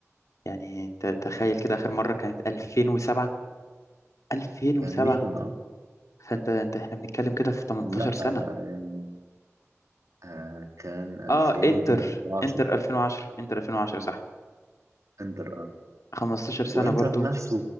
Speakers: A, on the left (about 75°); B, on the right (about 80°).
A: يعني انت تخيل كده آخر مرة كانت 2007 2007
B: كان ميلان اه
A: فانت انت احنا بنتكلم كده في 18
B: لا
A: سنة
B: آه، يعني آه، كان 2010
A: اه انتر انتر 2010 انتر 2010 صح
B: انتر اه
A: 15 سنة
B: وانتر
A: برضو
B: نفسه